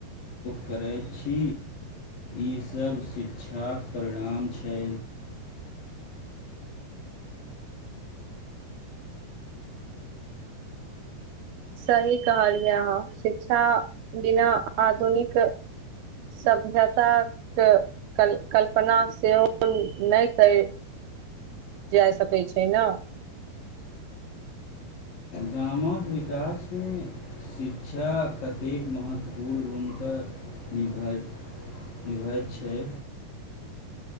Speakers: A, on the left (about 55°); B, on the right (about 75°).
A: करै छी, ईसब शिक्षाक परिणाम छै।
B: सही कहलियै अहां, शिक्षा बिना आधुनिक सभ्यताके कल कल्पना सेहो नहि करि जा सकैत छै ना।
A: गामक विकासमे शिक्षा कतेक महत्वपूर्ण भूमिका निभा निभाबैत छै?